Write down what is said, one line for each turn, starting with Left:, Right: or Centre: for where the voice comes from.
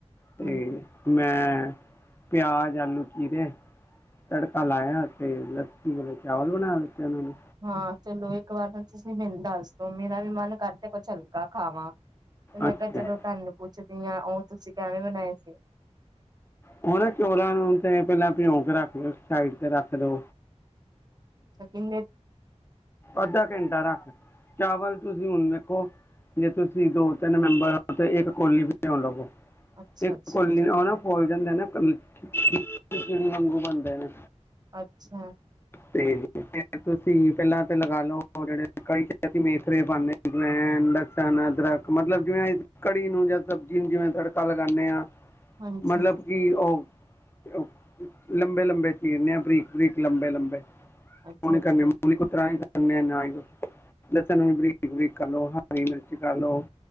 Left: ਤੇ
Right: ਹਾਂਜੀ
Left: ਮੈਂ ਪਿਆਜ ਆਲੂ ਚੀਰੇ ਤੜਕਾ ਲਾਇਆ ਤੇ ਲੱਸੀ ਵਾਲ ਚਾਵਲ ਬਣਾ ਦਿੱਤੇ ਉਹਨਾਂ ਨੇ
Right: ਹਾਂ ਚਲੋ ਇੱਕ ਵਾਰ ਨਾ ਤੁਸੀਂ ਮੈਨੂੰ ਦੱਸ ਦਓ ਮੇਰਾ ਵੀ ਮਨ ਕਰਦੇ ਕੁਛ ਹਲਕਾ ਖਾਵਾਂ ਤੇ ਮੈਂ
Left: ਅੱਛਾ
Right: ਕਿਹਾ ਚਲੋ ਤੁਹਾਨੂੰ ਪੁੱਛਦੀ ਹਾਂ ਉਹ ਤੁਸੀਂ ਕਿਵੇਂ ਬਣਾਏ ਸੀ
Left: ਉਹ ਨਾ ਚੋਲਾਂ ਨੂੰ ਤੇ ਪਹਿਲਾਂ ਭਿਉਕ ਰੱਖਓ ਸਾਈਡ ਤੇ ਰੱਖ ਦੋ
Right: ਸਚਿੰਨ ਦੇ
Left: ਅੱਧਾ ਘੰਟਾ ਰੱਖ ਚਾਵਲ ਤੁਸੀਂ ਹੁਣ ਵੇਖੋ ਜੇ ਤੁਸੀਂ ਦੋ ਤਿੰਨ ਮੈਂਬਰ ਹੋ ਤੇ ਇੱਕ ਕੋਲੀ ਵੀ ਭਿਓ ਲਵੋ
Right: ਅੱਛਾ
Left: ਇੱਕ
Right: ਅੱਛਾ
Left: ਕੁਲੀ
Right: ਠੀਕ
Left: ਨਾ ਫੁੱਲ ਜਾਂਦੇ ਨਾ ਚਿੜੀ ਵਾਂਗੂ ਬਣਦੇ ਨੇ
Right: ਅੱਛਾ
Left: ਤੇ ਤੁਸੀਂ ਪਹਿਲਾਂ ਤੇ ਲਗਾ ਲਓ ਜਿਹੜੇ ਅਸੀਂ ਵੇਖ ਰਹੇ ਸਨ ਇਧਰ ਅਦਰਕ ਲਸਣ ਜਿਵੇਂ ਕੜੀ ਨੂੰ ਜਾਂ ਸਬਜੀ ਨੂੰ ਜਿਵੇਂ ਤੜਕਾ ਲਗਾਨੇ ਆ
Right: ਹਾਂਜੀ
Left: ਮਤਲਬ ਕਿ ਉਹ ਲੰਬੇ ਲੰਬੇ ਚੀਰਨੇ ਆ ਬਰੀਕ ਬਰੀਕ ਲੰਬੇ ਲੰਬੇ ਲੰਬੇ ਮੂੰਹ
Right: ਅੱਛਾ
Left: ਨ
Right: ਅੱਛਾ
Left: ਕਰਨੇ ਮੂੰਹ ਕੋਈ ਤ੍ਹਾਂ ਲਸਣ ਵੀ ਬਰੀਕ ਬਰੀਕ ਕਰ ਲੋ ਹਰੀ ਮਿਰਚ ਕਰ ਲਓ